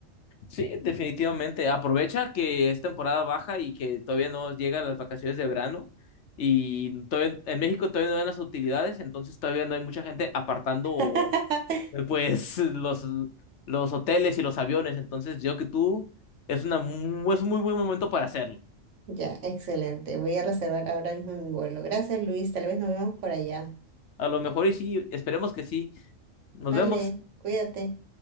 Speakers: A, on the left; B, on the right.
A: Sí, definitivamente. Aprovecha que es temporada baja y que todavía no llegan las vacaciones de verano. Y todavía, en México todavía no dan las utilidades, entonces todavía no hay mucha gente apartando
B: <laughs>
A: pues los, los hoteles y los aviones. Entonces yo que tú es una, mu- es un muy buen momento para hacerlo.
B: Ya, excelente. Voy a reservar ahora mismo mi vuelo. Gracias, Luis. Tal vez nos vemos por allá.
A: A lo mejor y sí, esperemos que sí. Nos
B: Vale,
A: vemos.
B: cuídate.